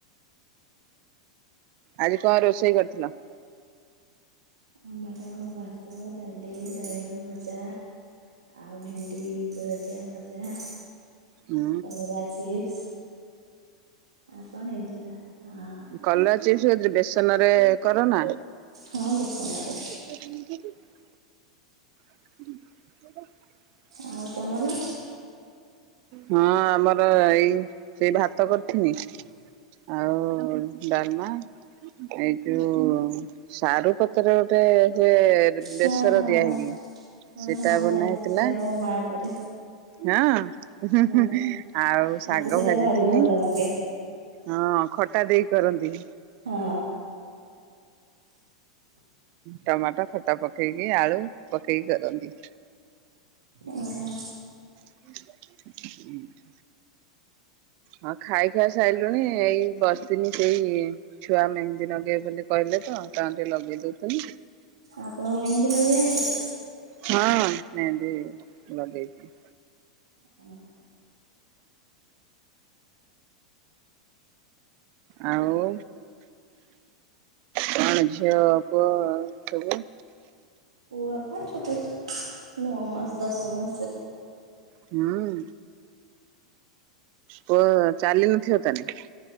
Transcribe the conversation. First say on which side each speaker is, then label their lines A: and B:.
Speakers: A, on the right (about 45°); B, on the right (about 70°).
A: ଆଜି କଣ ରୋଷେଇ କରିଥିଲ?
B: ଆମର ତ ଭାତ, ଡାଲି ବାଇଗଣ ଭଜା। ଆଉ ଭେଣ୍ଡି ପୁରଦିଆ ଭଜା
A: ହୁଁ
B: କଲରା ଚିପ୍ସ୍। ଆଉ କଣ ହେଇଥିଲା ଆଁ
A: କଲରା ଚିପ୍ସ୍ କୋଉଥିରେ ବେସନରେ କର ନା?
B: ହଁ ବେସନରେ।
A: <unintelligible> <inaudible>
B: ଆଉ ତମର?
A: ହଁ ଆମର ଏଇ ସେ ଭାତ କରିିଥିନି। ଆଉ ଡାଲମା ଏଇ ଯୋଉ ସାରୁ ପତରେ ଗୋଟେ ହୁଏ
B: ହଁ
A: ବେସର
B: ହଁ ହଁ
A: ଦିଆ ହେଇକି
B: ହଁ
A: ସେଟା
B: ମୁଁ
A: ବନା
B: ଜାଣିଛି
A: ହେଇଥିଲା।
B: ସେଇଟା ମୋ ମାଆ କରେ
A: ହଁ
B: ହଁ
A: ଆଉ ଶାଗ
B: ମତେ ସେଇଟା
A: ଭାଜିଥିଲି
B: ଭାରି ଭଲ ଲାଗେ
A: ହଁ ଖଟା ଦେଇ କରନ୍ତି।
B: ହଁ
A: ଟମାଟୋ ଖଟା ପକେଇକି ଆଳୁ ପକେଇକି କରନ୍ତିି।
B: ଓ ହ।
A: ହୁଁ ହଁ ଖାଇ ଖୁଆ ସାଇଲୁଣି ଏଇ ବସିଥିଲି ସେଇ ଛୁଆ ମେହେନ୍ଦୀ ନଗେଇବେ ବୋଲି କହିଲେ ତ ତାଙ୍କୁ ଟିକେ ଲଗେଇ ଦଉଥିଲି।
B: ଆପଣଙ୍କୁ ମେହେନ୍ଦୀ ଲଗେଇ ଆସେ?
A: ହଁ ମେହେନ୍ଦି ଲଗେଇଚି।
B: <inaudible>
A: ଆଉ କଣ୍ ଝିଅ ପୁଅ ସବୁ?
B: ପୁଅ ପା ଛୋଟ ନଅ ମାସ୍ ଦଶ ମାସ୍
A: ହୁଁ ପୁଅ ଚାଲି ନଥିବ ତାହାଲେ?